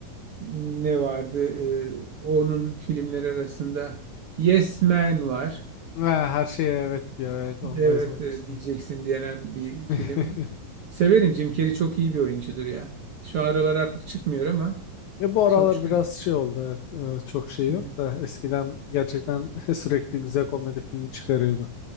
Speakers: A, on the right; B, on the left.
A: ne vardı? Ee, onun filmleri arasında Yes Man var.
B: Ha, her şeye evet diyor. Evet, onu
A: Evet
B: da izlemiştim.
A: e, diyeceksin diyenen bir film.
B: <laughs>
A: Severim Jim Carrey çok iyi bir oyuncudur ya. Şu aralar artık çıkmıyor ama
B: E bu aralar
A: sonuçta.
B: biraz şey oldu. Evet, e, çok şey
A: Hı
B: yok
A: hı.
B: da eskiden gerçekten <laughs> sürekli güzel komedi filmi çıkarıyordu.